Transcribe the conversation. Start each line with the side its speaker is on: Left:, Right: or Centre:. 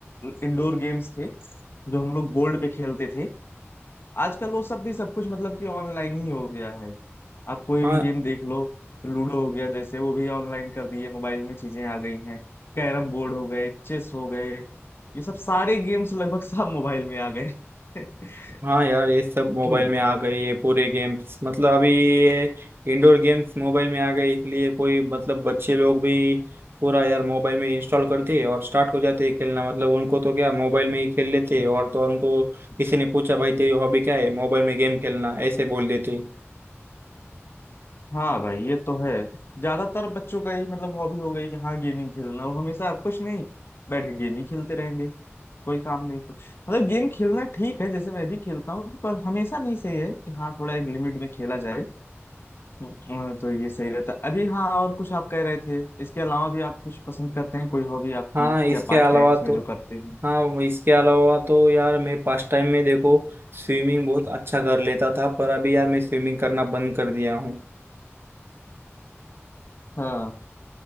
Left: इंडोर गेम्स थे जो हम लोग बोर्ड पे खेलते थे आजकल वो सब भी सब कुछ मतलब कि ऑनलाइन ही हो गया है आप कोई
Right: हाँ
Left: भी गेम देख लो लूडो हो गया जैसे वो भी ऑनलाइन कर दिए मोबाइल में चीजें आ गई हैं कैरम बोर्ड हो गए चेस हो गए ये सब सारे गेम्स लगभग सब मोबाइल में आ गए <laughs>
Right: हाँ यार ये सब मोबाइल
Left: क्यों
Right: में आ गई है पूरे गेम्स मतलब अभी ये इंडोर गेम्स मोबाइल में आ गए इसलिए कोई मतलब बच्चे लोग भी पूरा यार मोबाइल में इंस्टॉल कर दिए और स्टार्ट हो जाते हैं खेलना मतलब उनको तो क्या मोबाइल में ही खेल लेते हैं और तो और उनको किसी ने पूछा भाई तेरी हॉबी क्या है मोबाइल में गेम खेलना ऐसे बोल देते हैं।
Left: हाँ भाई ये तो है ज्यादातर बच्चों का ही मतलब हॉबी हो गई कि हाँ गेमिंग खेलना वो हमेशा कुछ नहीं बैठ के गेम ही खेलते रहेंगे कोई काम नहीं कुछ मतलब गेम खेलना ठीक है जैसे मैं भी खेलता हूँ पर हमेशा नहीं सही है कि हाँ थोड़ा एक लिमिट में खेला जाए अ, तो ये सही रहता है। अभी हाँ और कुछ आप कह रहे थे इसके अलावा भी आप कुछ पसंद करते हैं कोई हॉबी आपकी
Right: हाँ इसके
Left: या पास्ट
Right: अलावा
Left: टाइम्स में
Right: तो
Left: जो करते हैं
Right: हाँ वो इसके अलावा तो यार मैं पास्ट टाइम में देखो स्विमिंग बहुत अच्छा कर लेता था पर अभी यार मैं स्विमिंग करना बंद कर दिया हूँ
Left: हाँ